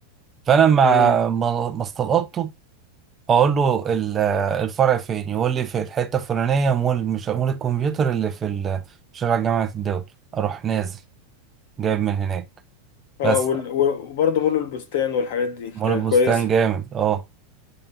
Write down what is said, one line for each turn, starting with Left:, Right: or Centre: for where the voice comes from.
Right: فانا مع
Left: أمم.
Right: ما ما استلقطته اقول له ال- آه، الفرع فين يقول لي في الحته الفلانيه مول مش مول الكمبيوتر اللي في ال- شارع جامعه الدول اروح نازل جايب من هناك
Left: اه
Right: بس
Left: وال- و- وبرضه مول البستان والحاجات دي كانت
Right: مول البستان
Left: كويسة
Right: جامد اه